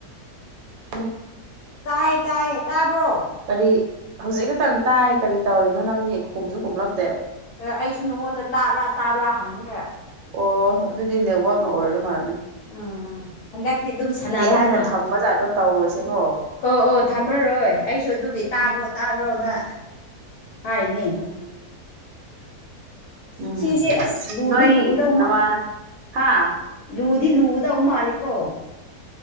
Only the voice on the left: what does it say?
ꯇꯥꯏꯌꯦ ꯇꯥꯏꯌꯦ ꯇꯥꯕ꯭ꯔꯣ
ꯑꯩꯁꯨ ꯅꯉꯣꯟꯗ ꯇꯥꯕ꯭ꯔꯥ ꯇꯥꯕ꯭ꯔꯥ ꯍꯪꯉꯒ
ꯎꯝ ꯍꯟꯗꯛꯇꯤ ꯑꯗꯨꯝ ꯁꯥꯟꯅꯕ
ꯅꯨꯡꯉꯥꯏ
ꯑꯣ ꯑꯣ ꯊꯝꯃꯔꯣꯏ ꯑꯩꯁꯨ ꯑꯗꯨꯒꯤ ꯇꯥꯕ꯭ꯔꯣ
ꯇꯥꯕ꯭ꯔꯣꯅ ꯍꯥꯏꯅꯦ
ꯁꯤꯁꯦ ꯑꯁ ꯂꯨꯗꯤ
ꯂꯨꯒꯗꯧ
ꯃꯥ
ꯂꯨꯗꯤ ꯂꯨꯗꯧ ꯃꯥꯜꯂꯤꯀꯣ